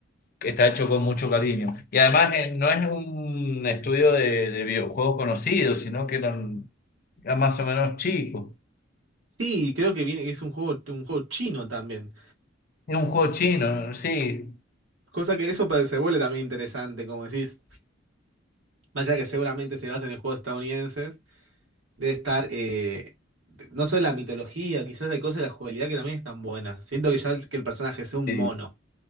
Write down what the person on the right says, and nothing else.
Sí, creo que viene, es un juego, un juego chino también.
Cosa que eso pa- se vuelve también interesante, como decís, más allá que seguramente se basa en juegos estadounidenses, debe estar, eh, no solo la mitología, quizás hay cosas de la jugabilidad que también están buenas. Siento que ya el- que el personaje sea un
mono,